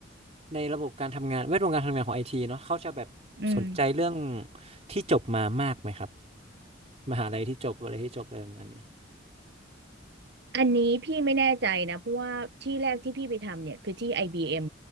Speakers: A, on the right (about 35°); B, on the right (about 60°).
A: ในระบบการทำงานแวดวงการทำงานของไอทีเนาะเขาจะแบบสนใจเรื่อง
B: อืม
A: ที่จบมามากไหมครับมหาลัยที่จบอะไรที่จบอะไรประมาณนี้
B: อันนี้พี่ไม่แน่ใจนะเพราะว่าที่แรกที่พี่ไปทำเนี่ยคือที่ IBM